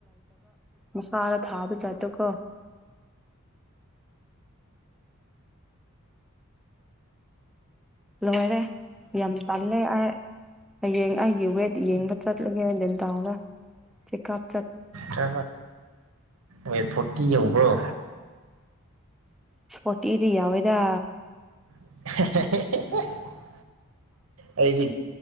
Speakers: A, in the centre; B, on the right.
A: ꯃꯈꯁꯥꯗ ꯊꯥꯕ ꯆꯠꯇ ꯀꯣ ꯂꯣꯏꯔꯦ ꯌꯥꯝ ꯇꯝꯂꯦ ꯑꯩ ꯍꯌꯦꯡ ꯑꯩꯒꯤ ꯋꯦꯠ ꯌꯦꯡꯕ ꯆꯠꯂꯨꯒꯦꯅ ꯗꯦꯟ ꯇꯧꯒꯞ
B: ꯁ ꯋꯦꯠ ꯐꯣꯔꯇꯤ ꯌꯧꯕ꯭ꯔꯣ
A: ꯣꯇꯤꯗꯤ ꯌꯥꯎꯗ
B: <unintelligible> ꯑꯩꯁꯦ